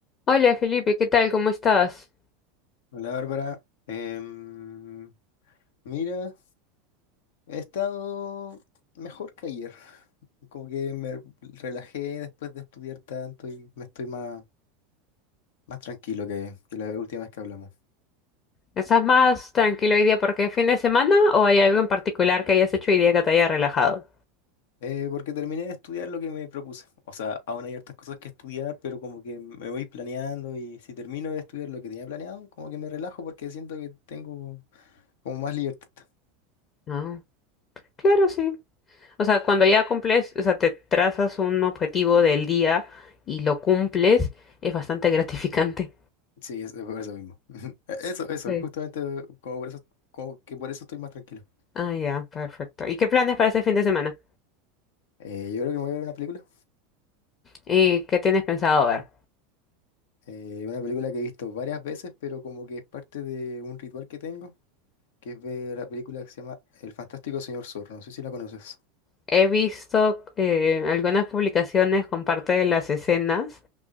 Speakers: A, on the left (about 35°); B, on the left (about 80°).
A: Hola Felipe, ¿qué tal? ¿Cómo estás?
B: Hola Bárbara, Em, mira, he estado mejor que ayer, como que me relajé después de estudiar tanto y me estoy más, más tranquilo que, que la última vez que hablamos.
A: ¿Estás más tranquilo hoy día porque es fin de semana o hay algo en particular que hayas hecho hoy día que te haya relajado?
B: Eh, porque terminé de estudiar lo que me propuse, o sea, aún hay hartas cosas que estudiar, pero como que me voy planeando y si termino de estudiar lo que tenía planeado, como que me relajo porque siento que tengo como más libertad.
A: No. Claro, sí. O sea, cuando ya cumples, o sea, te trazas un objetivo del día y lo cumples, es bastante <laughs> gratificante.
B: Sí, eso, por eso mismo. <laughs> Eso, eso,
A: Sí.
B: justamente como por eso, como que por eso estoy más tranquilo.
A: Ah, ya, perfecto. ¿Y qué planes para este fin de semana?
B: Eh, yo creo que me voy a ver una película.
A: ¿Y qué tienes pensado ver?
B: Eh, una película que he visto varias veces, pero como que es parte de un ritual que tengo, que es ver la película que se llama El Fantástico Señor Zorro. No sé si la conoces.
A: He visto eh, algunas publicaciones con parte de las escenas.